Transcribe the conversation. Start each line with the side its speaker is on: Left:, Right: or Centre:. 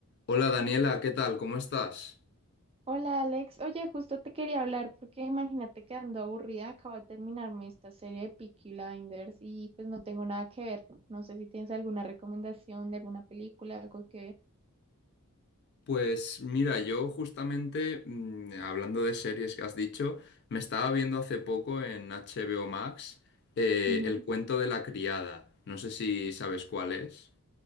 Left: Hola Daniela, ¿qué tal? ¿Cómo estás?
Right: Hola Alex, oye, justo te quería hablar porque imagínate que ando aburrida, acabo de terminarme esta serie de Peaky Blinders y pues no tengo nada que ver. No sé si tienes alguna recomendación de alguna película, algo que ver.
Left: Pues mira, yo justamente, mm, hablando de series que has dicho, me estaba viendo hace poco en HBO Max eh,
Right: Ujú.
Left: El cuento de la criada. No sé si sabes cuál es.